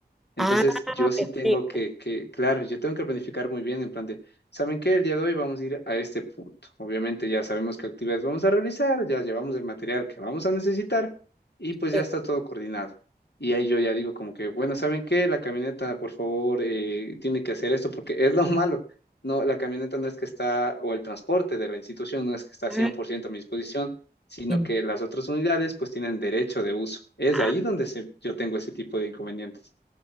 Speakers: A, on the left; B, in the centre.
A: Entonces,
B: Ah,
A: yo sí
B: perfecto,
A: tengo que, que, claro, yo tengo que planificar muy bien en plan de, ¿saben qué? El día de hoy vamos a ir a este punto. Obviamente ya sabemos qué actividades vamos a realizar, ya llevamos el material que vamos a necesitar y
B: perfecto.
A: pues ya está todo coordinado. Y ahí yo ya digo como que, bueno, ¿saben qué? La camioneta, por favor, eh, tiene que hacer esto porque es lo malo. No, la camioneta no es que está, o el transporte de la institución no es que está
B: Ah,
A: 100% a mi disposición, sino
B: en-
A: que las otras unidades pues tienen derecho de uso. Es
B: ah,
A: ahí donde se- yo tengo ese tipo de inconvenientes.